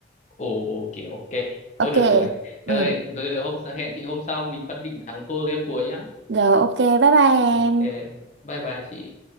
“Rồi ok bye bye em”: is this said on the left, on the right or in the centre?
Right